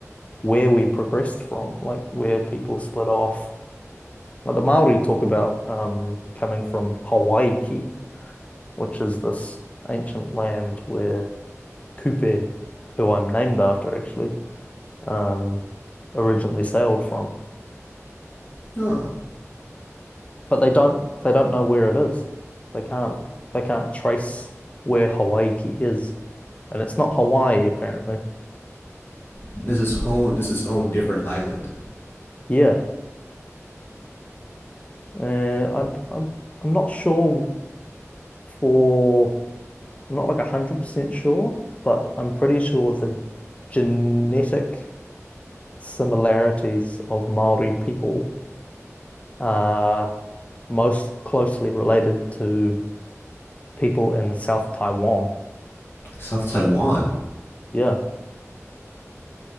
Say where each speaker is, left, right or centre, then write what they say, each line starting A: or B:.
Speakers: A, on the left; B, on the left.
A: where we progressed from, like where people split off. Like the Maori talk about um, coming from Hawaiki, which is this ancient land where Kupe, who I'm named after actually, um, originally sailed from.
B: No,
A: But they don't they don't know where it is. They can't they can't trace where Hawaii is, and it's not Hawaii apparently.
B: this is home. This is own different island,
A: Yeah, uh, I, I'm I'm not sure for I'm not like a hundred percent sure, but I'm pretty sure the genetic similarities of Maori people are most closely related to people in South Taiwan.
B: South Taiwan.
A: Yeah.